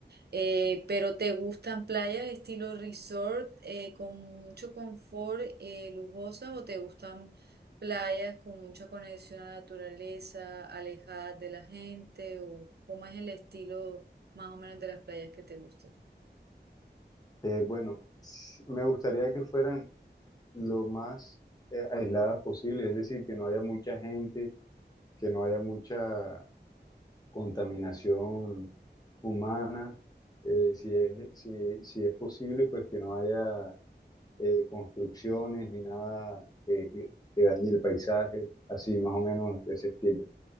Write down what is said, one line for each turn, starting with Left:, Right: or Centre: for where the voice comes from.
Right: Eh, pero ¿te gustan playas estilo resort eh, con mucho confort, eh, lujosas o te gustan playas con mucha conexión a la naturaleza, alejadas de la gente o cómo es el estilo más o menos de las playas que te gustan?
Left: Eh, bueno, s- me gustaría que fueran lo más, eh, aisladas posible, es decir, que no haya mucha gente que no haya mucha contaminación humana, eh, si es, si, si es posible, pues que no haya eh, construcciones ni nada que, que- que dañe el paisaje, así más o menos de ese estilo.